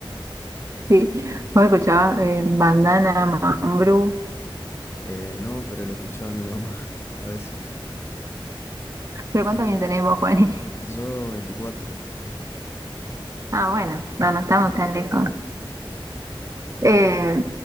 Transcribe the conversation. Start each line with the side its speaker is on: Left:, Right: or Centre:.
Right: sí, vos escuchabas eh, bandana, Mambrú.
Left: Eh, no, pero lo escuchaba mi mamá <laughs> a veces.
Right: Pero ¿cuántos años tenés vos, Juani? <laughs>
Left: Yo veinticuatro
Right: Ah, bueno, no, no estamos tan lejos. Eh,